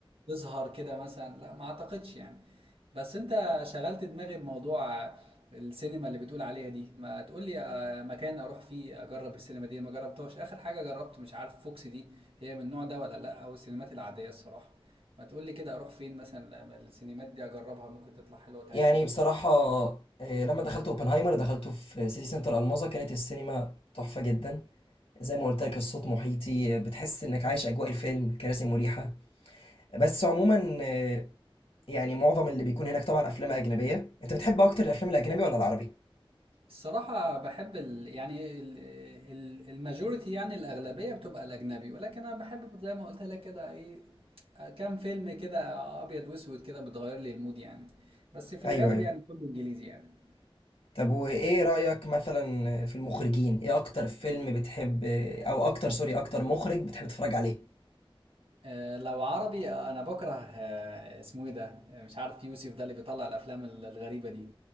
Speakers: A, on the right (about 80°); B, on the left (about 80°).
A: تظهر كده مثلا لا ما اعتقدش يعني بس انت شغلت دماغي بموضوع آه، السينما اللي بتقول عليها دي ما تقول لي آه، مكان اروح فيه اجرب السينما دي ما جربتهاش اخر حاجه جربت مش عارف فوكس دي هي من النوع ده ولا لا او السينمات العاديه الصراحه ما تقول لي كده اروح فين مثلا لما السينمات دي اجربها ممكن تطلع حلوه وتعجبني
B: يعني بصراحة آه، لما دخلت اوبنهايمر دخلته في سيتي سنتر الماظة كانت السينما تحفة جدا زي ما قلت لك الصوت محيطي آه، بتحس انك عايش اجواء الفيلم كراسي مريحة بس عموما آه، يعني معظم اللي بيكون هناك طبعا افلام اجنبية انت بتحب اكتر الافلام الاجنبي ولا العربي
A: الصراحه بحب ال يعني ال ال الماجوريتي يعني الاغلبيه بتبقى الاجنبي ولكن انا بحب زي ما قلت لك كده ايه كام فيلم كده ابيض واسود كده بتغير لي المود يعني بس في الغالب
B: ايوه ايوه
A: يعني كله انجليزي يعني
B: طب وايه رأيك مثلا في المخرجين ايه اكتر فيلم بتحب آه، او اكتر سوري اكتر مخرج بتحب تتفرج عليه
A: آه، لو عربي آه، انا بكره آه، اسمه ايه ده آه، مش عارف يوسف ده اللي بيطلع الافلام ال- الغريبه دي